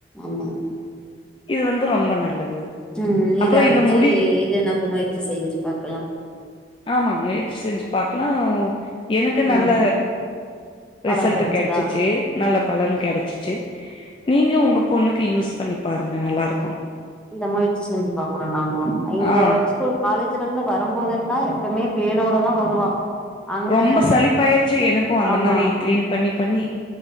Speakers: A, in the centre; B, on the left.
A: ஆமா
B: இது வந்து ரொம்ப நல்லது
A: ம்
B: அப்றோ
A: இத அரச்சி
B: இந்த முடி
A: இத நம்ம மொயற்சி செஞ்சு பாக்கலா
B: ஆமா மொயற்சி செஞ்சு பாக்கலா எனக்கு நல்ல
A: ம் பலன்
B: ரிசல்ட்
A: கெடச்சுதா
B: கெடச்சுச்சு நல்ல பலன் கெடச்சுச்சு நீங்க உங்க பொண்ணுக்கு யூஸ் பண்ணி பாருங்க நல்லாருக்கு
A: இந்த மொயற்சி செஞ்சு பாக்குறோ நாங்களு இங்க
B: ஆ
A: ஸ்கூல் காலேஜ்ல இருந்து வரும்போதல்லா எப்பவுமே பேனோட தா வருவா அங்க
B: ரொம்ப சலிப்பாயிருச்சு எனக்கு அந்த
A: ஆமா
B: மாரி கிளீன் பண்ணி பண்ணி